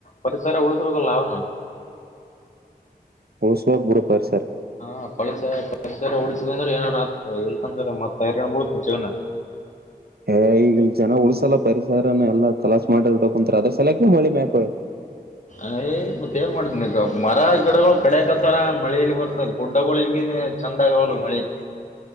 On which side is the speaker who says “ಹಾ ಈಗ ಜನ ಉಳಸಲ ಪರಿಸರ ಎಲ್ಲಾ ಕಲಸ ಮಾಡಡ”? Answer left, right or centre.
Right